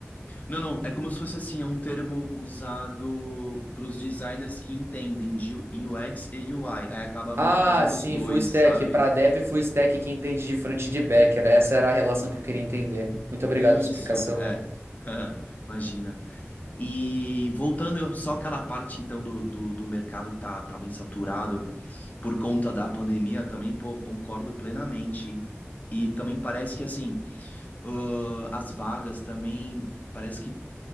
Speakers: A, on the left; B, on the right.
A: Não, não, é como se fosse assim, é um termo usado para os designers que entendem de UX e UI. Aí acaba meio
B: Ah,
A: que fazendo
B: sim,
A: os dois,
B: full stack.
A: sabe?
B: Pra dev, full stack quem entende de front e de back. Era, essa era a relação que eu queria entender. Muito obrigado
A: Isso,
B: pela explicação
A: é.
B: aí.
A: <laughs> Imagina. E voltando só aquela parte então do, do, do mercado que tá, tá bem saturado por conta da pandemia também, pô, concordo plenamente. E também parece que assim, ãh, as vagas também. Parece que